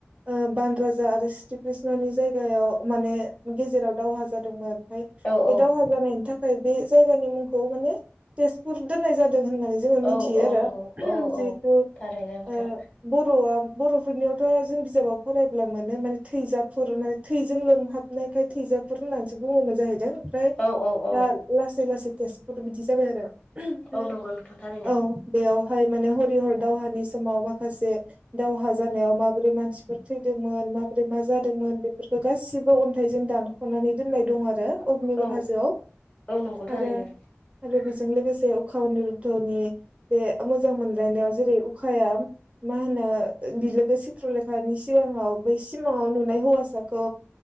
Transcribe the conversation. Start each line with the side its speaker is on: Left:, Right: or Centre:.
Right: ओ बान राजा आरो श्री कृष्णनि जायगायाव माने गेजेराव दावहा जादोंमोन। बे
Left: औ औ
Right: दावहा जानायनि थाखाय बे जायगानि मुंखौ माने तेजपुर दोननाय जादों होननानै जोंङो
Left: औ
Right: मिथियो
Left: औ
Right: आरो
Left: नंगौ
Right: जिहेथु
Left: औ औ थारैनो नोंथां
Right: ओ बर'आ बरफोरनियावथ' जों बिजाबाव फरायब्ला मोनो माने थैजाफुर माने थैजों लोमहाबनायखाय थैजाफुर होननानैसो बुंङोमोन जाहैदों ओमफ्राय
Left: औ औ औ
Right: दा आसे लासे तेसपुर बिदि जाबाय आरो
Left: औ नंगौ नोंथां थारैनो
Right: बेयावहाय माने हरिहर दावहानि समाव माखासे दावहा जानायाव माबोरै मानसिफोर थैदोंमोन माबोरै मा जादोंमोन बेफोरखौ गासिबो अन्थाइजों दान खनानै दोननाय दं आरो अगनिगर
Left: औ
Right: हाजोआव
Left: औ नंगौ थारैनो
Right: आरो आरो बेजों लोगोसे उखा निरुधनि बे मोजां मोनलायनायाव जेरै उखाया मा होनो बिलोगो सिथ्रलेखानि सिगाङाव बै सिमाङाव नुनाय हौवासाखौ